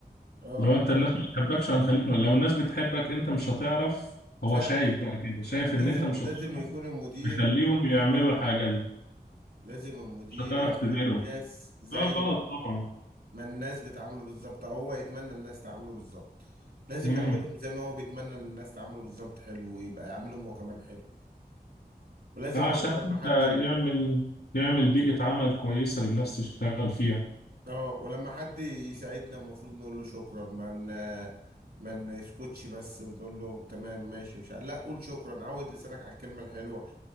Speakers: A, on the right; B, on the left.
A: اه
B: لو انت الناس ما بتحبكش هنخليك م... لو الناس بتحبك انت مش هتعرف هو
A: فعلا
B: شايف بقى كده شايف
A: لازم
B: ان انت مش
A: لازم
B: هتعرف
A: يكون المدير
B: تخليهم يعملوا الحاجة دي
A: لازم المدير
B: مش هتعرف
A: يعامل
B: تديرهم
A: الناس زي
B: ده غلط طبعا
A: ما الناس بتعامله بالظبط او هو يتمنى الناس تعامله بالظبط لازم
B: مم.
A: يعملهم زي ما هو بيتمنى ان الناس تعامله بالظبط حلو ويبقى يعاملهم هو كمان حلو ولازم
B: اه
A: برضه
B: عشان
A: لما
B: حتى
A: حد
B: يعمل يعمل بيئة عمل كويسة للناس تشتغل فيها
A: اه ولما حد يساعدنا المفروض نقول له شكرا ما ن- ما نسكتش بس ونقول له تمام ماشي مش ع... لا قول شكرا عود لسانك على الكلمة الحلوة